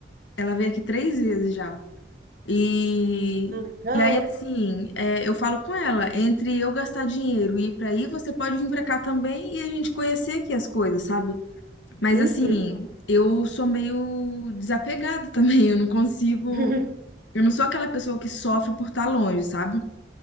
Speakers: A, on the left; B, on the right.
A: ela veio aqui três vezes já. E,
B: Legal.
A: e aí, assim, é, eu falo com ela, entre eu gastar dinheiro e ir pra aí, você pode vir pra cá também e a gente conhecer aqui as coisas, sabe? Mas,
B: Uhum.
A: assim, eu sou meio desapegada também, <laughs> eu não consigo.
B: <laughs>
A: Eu não sou aquela pessoa que sofre por estar longe, sabe?